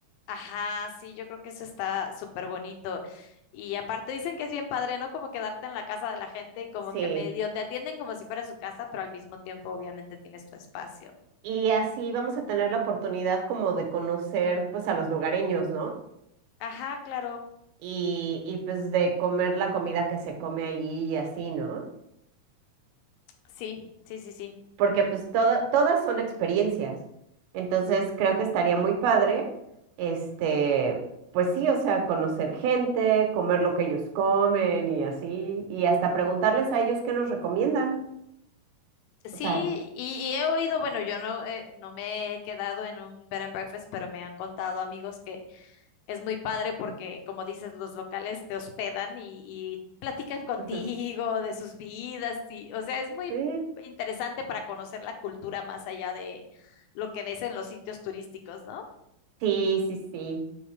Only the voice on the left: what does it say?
Ajá, sí, yo creo que eso está súper bonito. Y aparte dicen que es bien padre, ¿no? Como quedarte en la casa de la gente y como
que medio te atienden como si fuera su casa, pero al mismo tiempo obviamente tienes tu espacio.
Ajá, claro.
Sí, sí, sí, sí.
Sí,
y, y he oído, bueno, yo no, eh, no me he quedado en un bed and breakfast, pero me han contado amigos que es muy padre porque, como dices, los locales te hospedan y, y platican <laughs> contigo
de sus vidas y, o sea, es muy
interesante para conocer la cultura más allá de lo que ves en los sitios turísticos, ¿no?